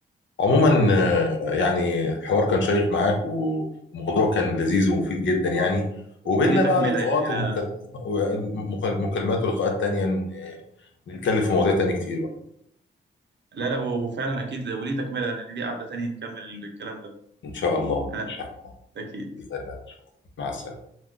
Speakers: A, on the left; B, on the right.
A: آه. عموما آه،
B: دي حقيقة.
A: يعني حوار كان شيق معاك و- وموضوع كان لذيذ ومفيد جدا يعني وبيننا
B: وليه وليه
A: بقى
B: تكملة
A: لقاءات
B: يعني أنا
A: ومكال- ومكالمات ولقاءات تانية ن- نتكلم في مواضيع تانية كتير بقى
B: لا لا وفعلا أكيد وليه تكملة أنا ليه قعدة تانية نكمل الكلام ده
A: إن شاء الله
B: أنا
A: إن شاء الله
B: أكيد
A: بإذن الله شكرا مع السلامة